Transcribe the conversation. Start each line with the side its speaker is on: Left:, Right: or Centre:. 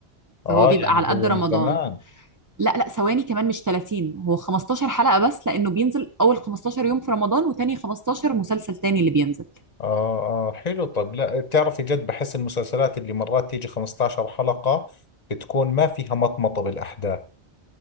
Left: آه
Right: فهو بيبقى
Left: يعني
Right: على قد
Left: هو
Right: رمضان
Left: من زمان
Right: لا لا ثواني كمان مش 30 هو 15 حلقة بس لأنه بينزل أول 15 يوم في رمضان وتاني 15 مسلسل تاني اللي بينزل
Left: آه آه حلو طب لا بتعرفي جد بحس المسلسلات اللي مرات تيجي 15 حلقة بتكون ما فيها مطمطة بالأحداث